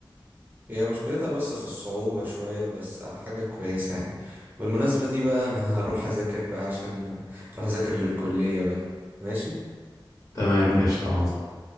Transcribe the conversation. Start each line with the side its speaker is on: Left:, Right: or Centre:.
Right: هي مشكلتها بس في الصعوبة شوية بس حاجة كويسة يعني بالمناسبة دي بقى أنا <laughs> هروح أذاكر بقى عشان أروح أذاكر للكلية بقى ماشي
Left: تمام قشطة عظمة